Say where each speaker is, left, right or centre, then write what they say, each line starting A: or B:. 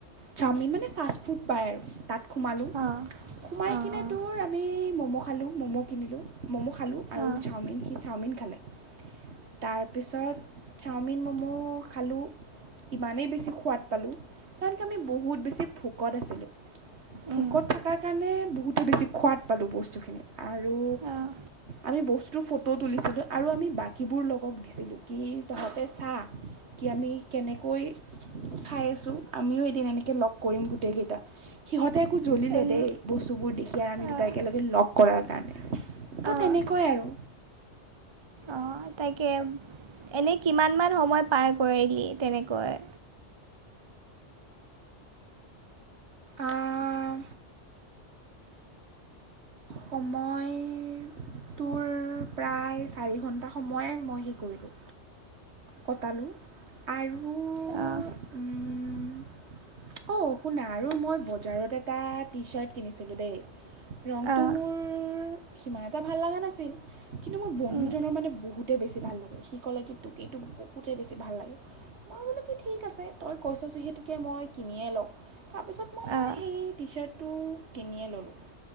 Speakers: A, on the right; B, on the right.
A: চাওমিন মানে ফাষ্ট ফুট পায় আৰু তাত সোমালোঁ
B: অঁ
A: সোমাই
B: অঁ
A: কেনে
B: অঁ
A: তোৰ আমি ম'ম' খালোঁ, ম'ম' কিনিলোঁ ম'ম' খালোঁ আৰু
B: অঁ
A: চাওমিন সিজ চাওমিন খালে, তাৰপিছত চাওমিন ম'ম' খালোঁ। ইমানেই বেছি সোৱাদ পালোঁ কাৰণ কি আমি বহুত বেছি ভোক ভোকত আছিলোঁ, ভোকত
B: উম
A: থকাৰ কাৰণে বহুতে বেছি খোৱাদ পালোঁ বস্তুখিনি আৰু
B: অঁ
A: আমি বস্তুৰ ফটো তুলিছিলোঁ আৰু আমি বাকীবোৰ লগক দিছিলোঁ কি তহঁতে চা। কি আমি কেনেকৈ খাই আছোঁ আমিও এদিন এনেকৈ লগ কৰিম গোটেইকেই টা সিহঁতে আকৌ জ্বলিলে
B: আৰু
A: দেই। বস্তুবোৰ দেখি আৰু আমি দুত
B: অঁ
A: একেলগে লগ কৰাৰ কাৰণে, তো
B: অঁ
A: তেনেকুৱাই আৰু।
B: অঁ', তাকে এনেই কিমানমান সময় পাৰ কৰিলি তেনেকৈ?
A: অঁ সময় তোৰ প্ৰায় চাৰি ঘণ্টা সময়ে মই হে কৰিলোঁ। কটালোঁ আৰু
B: অঁ
A: উম অঁ', শুনা আৰু মই বজাৰত এটা টি চাৰ্ট কিনিছিলোঁ দেই।
B: অঁ
A: তো মোৰ সিমান এটা ভাল লাগা নাছিল। কিন্তু মোৰ বন্ধুজনৰ
B: উম
A: মানে বহুতেই বেছি ভাল লাগিল, সি ক'লে কি তোক এইটো বহুতেই বেছি ভাল লাগে। মই বোলো কি ঠিক আছে তই কৈছ যিহেতুকে মই কিনিয়ে লও। তাৰপিছত মই
B: অঁ
A: সেই টি চাৰ্টটো কিনিয়ে ল'লোঁ।